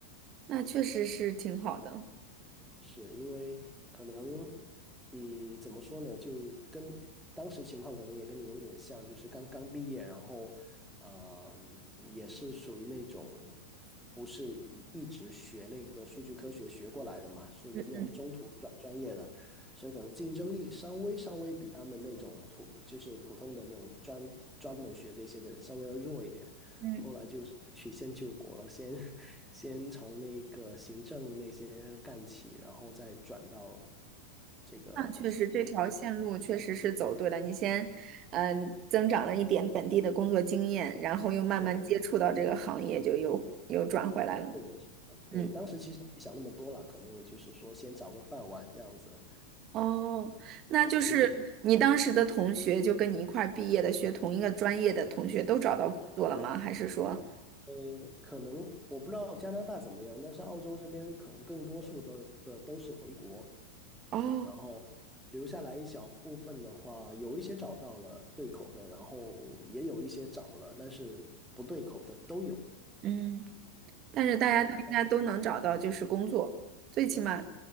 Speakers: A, on the right; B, in the centre.
A: 那确实是挺好的。
B: 是因为可能，嗯，怎么说呢，就跟当时情况可能也跟你有点像，就是刚刚毕业，然后，嗯，也是属于那种不是一一直学那个数据科学学过来的嘛，属于那种中途转专业的，
A: 嗯嗯
B: 所以可能竞争力稍微稍微比他们那种普就是普通的那种专专门学这些的稍微要弱一点，
A: 嗯，
B: 后来就稍微曲线救国了，先 <laughs> 先从那个行政那些干起，然后再转到这个
A: 那确实这条线路确实是走对了。你先，嗯，增长了一点本地的工作经验，然后又慢慢接触到这个行业，
B: 是
A: 就又又转回来了。
B: 是的是的对，
A: 嗯，
B: 当时其实也没想那么多了，可能也就是说先找个饭碗这样子，
A: 哦，那就是你当时的同学，
B: 嗯，
A: 就跟你一块儿毕业的，学同一个专业的同学，都找到工作了吗？还是说，
B: 呃，可能我不知道加拿大怎么样，但是澳洲这边可能更多数的的都是回国，
A: 哦，
B: 然后留下来一小部分的话，有一些找到了对口的，然后也有一些找了，但是不对口的都有，
A: 嗯，但是大家都应该都能找到就是工作，
B: 对。
A: 最起码。